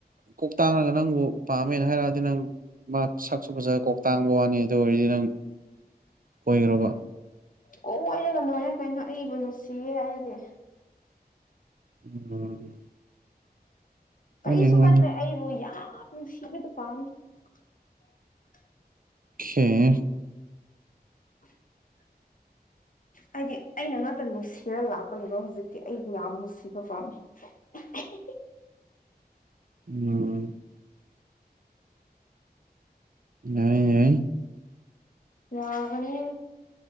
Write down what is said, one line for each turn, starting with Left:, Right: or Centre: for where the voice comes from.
Right: ꯀꯣꯛ ꯇꯥꯡꯉꯒ ꯅꯪꯕꯨ ꯄꯥꯝꯃꯦꯅ ꯍꯥꯏꯔꯛꯑꯗꯤ ꯅꯪ ꯃꯥ ꯁꯛ ꯁꯨ ꯐꯖꯔꯒ ꯀꯣꯛꯇꯥꯡꯕ ꯋꯥꯅꯤ ꯑꯗꯨ ꯑꯣꯏꯔꯗꯤ ꯅꯪ ꯀꯣꯏꯒꯦꯔꯣꯕ
Left: ꯀꯣꯏꯔꯒ ꯂꯣꯏꯔꯦ ꯀꯩꯅꯣ ꯑꯩꯕꯨ ꯂꯨꯁꯤꯌꯦ ꯍꯥꯏꯔꯗꯤ
Right: ꯎꯝ ꯍꯣꯏꯅꯦ
Left: ꯀꯔꯤꯁꯨ
Right: ꯍꯣꯏꯅꯦ
Left: ꯈꯟꯗ꯭ꯔꯦ ꯑꯩꯕꯨ ꯌꯥꯝ ꯅꯨꯡꯁꯤꯕꯗꯨ ꯄꯥꯝꯃꯤ <unintelligible>
Right: ꯁꯔ
Left: <unintelligible>
Right: <inaudible>
Left: ꯍꯥꯏꯗꯤ ꯑꯩꯅ ꯉꯥꯛꯇ ꯅꯨꯡꯁꯤꯔ ꯂꯥꯛꯄꯅꯦꯕ ꯍꯧꯖꯤꯛꯇꯤ ꯑꯩꯕꯨ ꯌꯥꯝ ꯅꯨꯡꯁꯤꯕ ꯄꯥꯝꯃꯦ <unintelligible>
Right: ꯎꯝ ꯌꯥꯏ ꯌꯥꯏ
Left: ꯌꯥꯕꯅꯦ